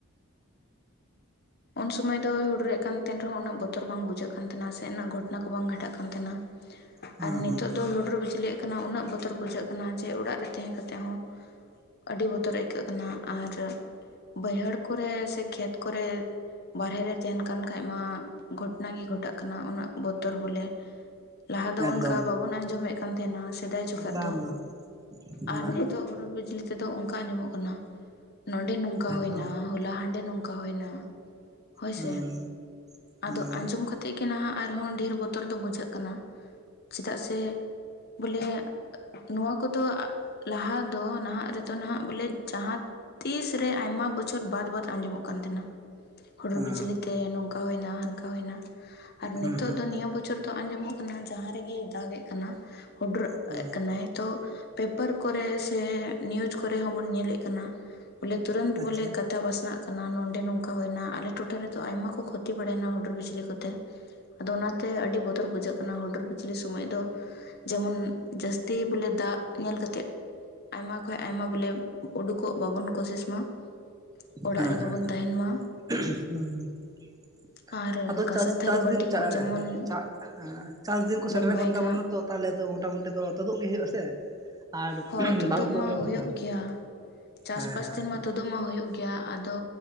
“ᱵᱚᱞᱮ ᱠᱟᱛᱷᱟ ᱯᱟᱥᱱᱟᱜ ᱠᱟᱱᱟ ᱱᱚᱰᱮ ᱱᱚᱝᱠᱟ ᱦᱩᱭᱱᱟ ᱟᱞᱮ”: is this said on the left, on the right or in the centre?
Left